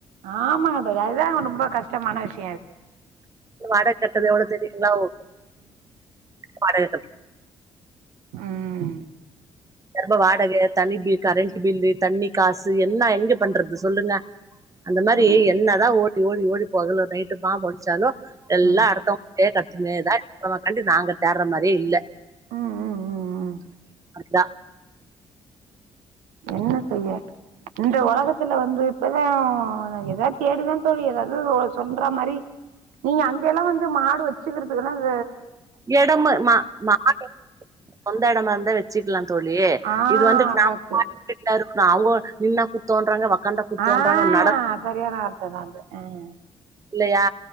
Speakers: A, on the right; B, on the right.
A: ஆமா தோழி அதுதான்ங்க ரொம்ப கஷ்டமான விஷயம்
B: வாடகை கட்டறது எவ்வளவு தெரியுங்களா வாடை கட்டற
A: உம்
B: திரம்ப வாடகை தனி பில் கரண்ட் பில்லு தண்ணி காசு என்ன எங்க பண்றது சொல்லுங்க அந்த மாரி
A: ம்
B: என்னதான் ஓடி ஓடி ஓடி பகலு நைட்டு மா ஒழச்சாலும் எல்லா
A: ம்
B: அர்த்தமே கட்டினேதான் க நாங்க தேடுற மாரியே இல்ல
A: ம் ம் ம் ம்
B: இதான்
A: என்ன செய்ய இந்த உலகத்துல வந்து இப்பதான் நா எதாவது தேடிதான் தோழி ஏதாவது சொல்ற மாரி நீங்க அங்க எல்லாம் வந்து மாடு வச்சுக்கிறதுக்குல்லாம்
B: இ இடம் மா மா சொந்த இடமா இருந் வச்சுக்கலாம் தோழியே
A: ஆ
B: இது வந்துட்டு நான்
A: கரெக்ட்டு
B: பா இருக்கனு அவுங்க நின்னா குத்தோன்றாங்க ஒக்காந்தா குத்தோன்றாங்க
A: ஆஹ்
B: நடந்தா
A: சரியான அர்த்தை தான் அது ஆஹ்
B: இல்லையா